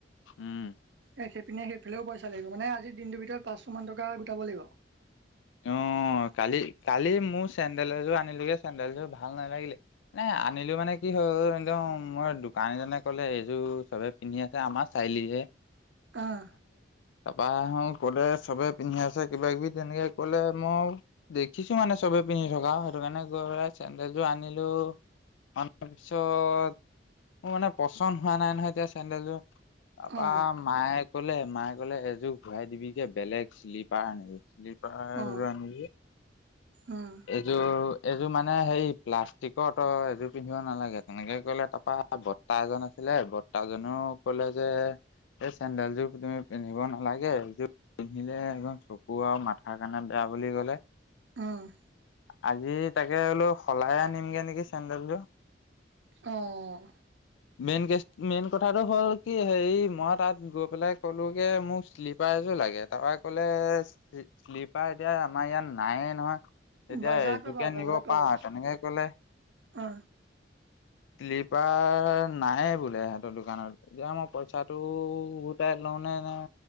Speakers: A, on the left; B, on the right.
A: উম,
B: এ, সেইপিনে সেইফালেও পইচা লাগিব মানে আজি দিনটোৰ ভিতৰত পাঁচশ মান টকা গোটাব লাগিব।
A: অ, অ, কালি-কালি মোৰ চেন্দেল এযোৰ আনিলোগে চেন্দেলযোৰ ভাল নালাগিলে মানে আনিলো মানে কি হ'ল একদম মই দোকানীজনে কলে এইযোৰ চবে পিন্ধি আছে, আমাৰ চাৰিআলিতহে
B: অ'।
A: তাৰ পা হো ক'লে চবে পিন্ধি আছে কিবা কিবি তেনেকে কলে মই দেখিছো মানে চবে পিন্ধি থকা সেইটো কাৰণে গৈ পেলাই চেণ্ডেলযোৰ আনিলো। অনাৰ পিছত মোৰ মানে পচন্দ হোৱা নাই নহয় এতিয়া চেন্দেলযোৰ। তাৰ পা
B: অ
A: মায়েক ক'লে, মায়ে ক'লে এযোৰ ঘূৰাই দিবি গে বেলেগ শ্লিপাৰ আনিবি পাই
B: অ
A: যাম নেকি?
B: উম
A: এইযোৰ এইযোৰ মানে হেই প্লাষ্টিকত তই এযোৰ পিন্ধিব নালাগে, তেনেকে কলে তাৰপা বৰতা এজন আছিল লে বৰতা জনেওঁ কলে যে এই চেণ্ডেলযোৰ তুমি পিন্ধিব নালাগে এইযোৰ পিন্ধিলে একদম চকু আৰু মাথাৰ কাৰণে বেয়া বুলি ক'লে।
B: অ'।
A: আজি তাকে বোলো সলাই আনিমগে নেকি চেণ্ডেলযোৰ।
B: অ'।
A: মেইন কেছ মেইন কথাটো হ'ল কি হেৰি মই তাত গৈ পেলাই ক'লোগে মোক শ্লিপ পাৰ এযোৰ লাগে, তাৰ পৰা ক'লে শ্লিপাৰ এতিয়া আমাৰ ইয়াত নায়ে নহয়। এতিয়া
B: বাজাৰত
A: এযোকে
B: পাবা বাজাৰত
A: নিব
B: পাবা
A: পাৰা তেনেকে ক'লে।
B: অ
A: শ্লিপাৰ নায়েই বোলে দোকানত। এতিয়া মই পইচাটো উভতাই লওঁ নে নাই